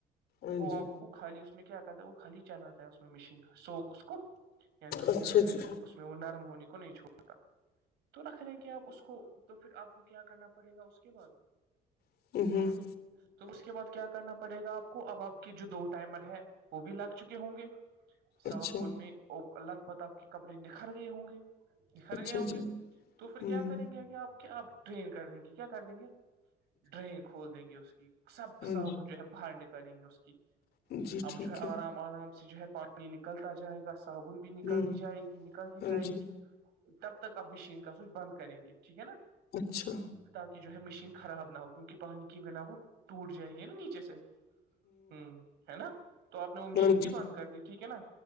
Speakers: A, on the left; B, on the right.
A: ہاں
B: وہ
A: جی
B: آپ کو خالی اس میں کیا کہتا ہے وہ خالی چلاتا ہے اس میں مشین سو کو یعنی اس
A: اچھا
B: میں جو ہے
A: جی
B: اس میں وہ نرم ہونے کو نہیں چھوڑتا تو رکھ دیں کہ آپ اس کو تو پھر آپ کو کیا کرنا پڑے گا اس کے بعد
A: ہوں
B: ہاں تو اس کے بعد کیا کرنا پڑے گا آپ کو اب آپ کے جو دو ٹائمر ہے وہ بھی لگ چکے ہوں گے س
A: اچھا
B: میں اللہ ت پطپ کے کپڑے نکھر گئے ہوں گے کھر
A: اچھا
B: گئے ہوں
A: جی
B: گے تو پھر
A: ہوں
B: کیا کریں گے آگے آپ کے آپ ٹرین کر دیں گے کیا کر دیں گے ڈرین کھول دیں گے اس کی سب
A: ہاں
B: صابن جو ہے باہر نکالیں گے اس کی
A: جی جی
B: اب
A: ٹھیک
B: جو ہے آرام آرام سے جو ہے پانی نکلتا جائے گا صابن بھی نکلتی
A: ہوں
B: جائے گی نکلتی
A: ہاں
B: جائے
A: جی
B: گی تب تک آپ مشین کا سوچ بند کریں گے ٹھیک ہے نا
A: اچھا
B: تاکہ جو ہے مشین خراب نہ ہو کیونکہ پانی کی بنا وہ ٹوٹ جائے گی نا نیچے سے ہوں ہے نا تو آپ نے وہ مشین
A: ہاں
B: بھی
A: جی
B: بند کر دی ٹھیک ہے نا